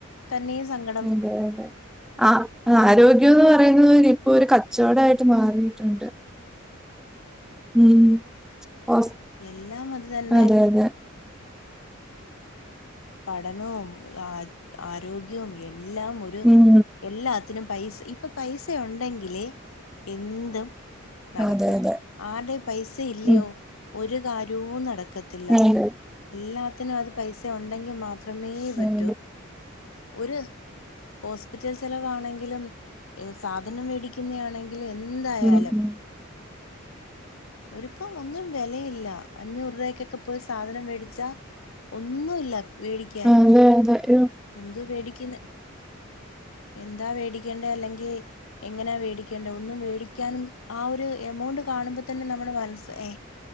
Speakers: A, on the left (about 80°); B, in the centre.
A: തന്നെ സ <unintelligible>
B: അതെ അതെ ആ ആരോഗ്യ <unintelligible> എന്ന് പറയുന്നത് ഇപ്പോ ഒരു കച്ചവടയിട്ട് മാറിയിട്ടുണ്ട് ഉം ഹോസ്
A: എല്ലാം അത് തന്നെ
B: അതെ അതെ
A: പഠനവും ആ ആരോഗ്യവും എല്ലാം ഒരു
B: ഉം
A: എല്ലാത്തിനും പൈസ ഇപ്പൊ പൈസ ഉണ്ടെങ്കിലേ എന്തും നടക്കൂ
B: അതെ അതെ
A: ആടെ പൈസ ഇല്ലയോ
B: ഉം
A: ഒരു കാര്യവും നട ക്കത്തില്ല
B: അതെ
A: എല്ലാത്തിനും അത് പൈസ ഉണ്ടെങ്കിൽ മാത്രമേ പറ്റൂ
B: ഉം
A: ഒരു ഹോസ്പിറ്റൽ ചെലവാണെങ്കിലുംഏ സാധനം മേടിക്കുന്ന ആണെങ്ക എന്തായാലും
B: ഉം ഉം
A: ഒരുപ്പം ഒന്നും വിലയില്ല അഞ്ഞൂറ് രൂപക്കൊക്കെ പോയി സാധനം മേടിച്ചാ ഒന്നുല്ല മേടിക്കാൻ
B: അതെ അതെ ഉം
A: എന്തവേടിക്കുന്ന എന്താ മേടിക്കേണ്ടത് അല്ലെങ്കിൽ എങ്ങനാ മേടിക്കേണ്ടത് ഒന്നും മേടിക്കാനും ആ ഒരു എമൗണ്ട് കാണുമ്പോ തന്നെ നമ്മള് മനസ് ഏ